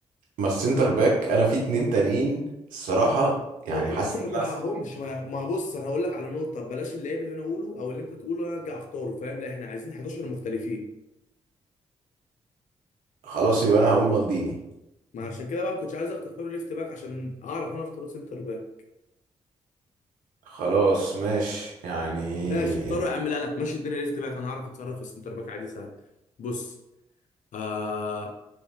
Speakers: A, on the right; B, on the left.
A: ما السنتر باك أنا في اتنين تانيين الصراحة يعني
B: ما انت
A: حاسس
B: ممكن
A: إن
B: ما تلحقهمش
A: أنا
B: ما, ما بص انا هقول لك على نقطه بلاش اللعيب اللي انا اقوله او اللي انت تقوله انا ارجع اختاره فاهم لا احنا عايزين 11 مختلفين
A: خلاص يبقى أنا هقول مالديني
B: ما عشان كده بقى ما كنتش عايزك تختار ليفت باك عشان اعرف انا اختار سنتر باك
A: خلاص ماشي يعني
B: ماشي اختاره يا عم لا لا ماشي الدنيا ليفت باك انا هعرف اتصرف في السنتر باك عادي سهل بص آه